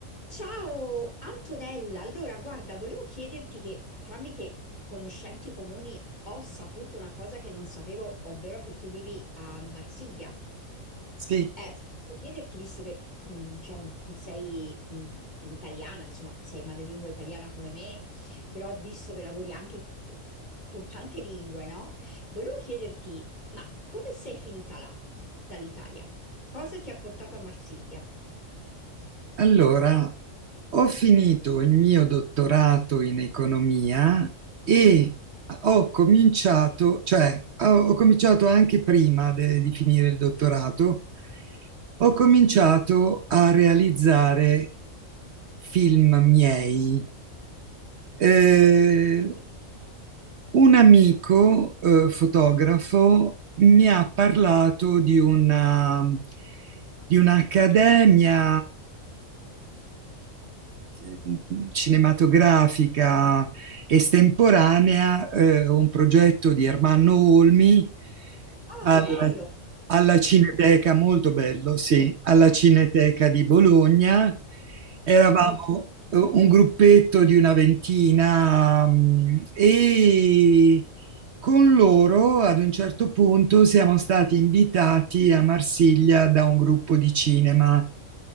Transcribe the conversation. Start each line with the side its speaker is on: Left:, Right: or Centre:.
Left: Ciao Antonella, allora guarda, volevo chiederti che tramite conoscenti comuni ho saputo una cosa che non sapevo, ovvero che tu vivi a Marsiglia.
Right: Sì,
Left: Eh, posso chiederti, visto che mh, diciamo tu sei mh, italiana, insomma sei madrelingua italiana come me, però ho visto che lavori anche eh, con tante lingue, no? Volevo chiederti, ma come sei finita là, dall'Italia? Cosa ti ha portato a Marsiglia?
Right: allora ho finito il mio dottorato in economia e ho cominciato, cioè ho, ho cominciato anche prima de- di finire il dottorato, ho cominciato a realizzare film miei. Eh, Un amico, eh, fotografo mi ha parlato di una, di un'accademia eh, cinematografica estemporanea, eh, un progetto di Ermanno Olmi Sì,
Left: Ah,
Right: alla
Left: bello!
Right: alla Cineteca, molto bello, sì, alla Cineteca di Bologna. Eravamo
Left: Amo molto.
Right: eh, un gruppetto di una ventina, mm, e con loro ad un certo punto siamo stati invitati a Marsiglia da un gruppo di cinema.